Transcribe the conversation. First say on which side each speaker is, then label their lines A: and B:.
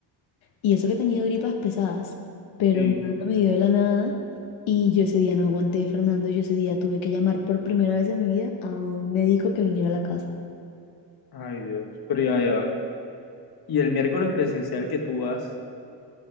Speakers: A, on the left; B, on the left.
A: Y eso que he tenido gripas pesadas, pero
B: Sí,
A: nada me dio de la nada. Y yo ese día no aguanté, Fernando. Yo ese día tuve que llamar por primera vez en mi vida a un médico que viniera a la casa.
B: ay Dios, pero ya, ya va. Y el miércoles presencial que tú vas,